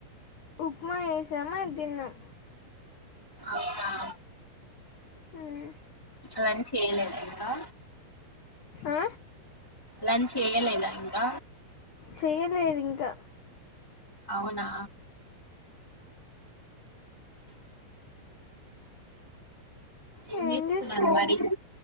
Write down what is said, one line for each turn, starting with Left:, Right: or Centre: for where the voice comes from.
Left: ఉప్మా చేశామా అది తిన్నాం
Centre: అవునా
Left: హ్మ్
Centre: లంచ్ చేయలేద ఇంకా
Left: ఆ
Centre: లంచ్ చేయలేదా ఇంకా
Left: చెయ్యలేదు ఇంకా
Centre: అవునా ఏం
Left: ఏం
Centre: చేస్తున్నారు
Left: చేస్తా
Centre: మరి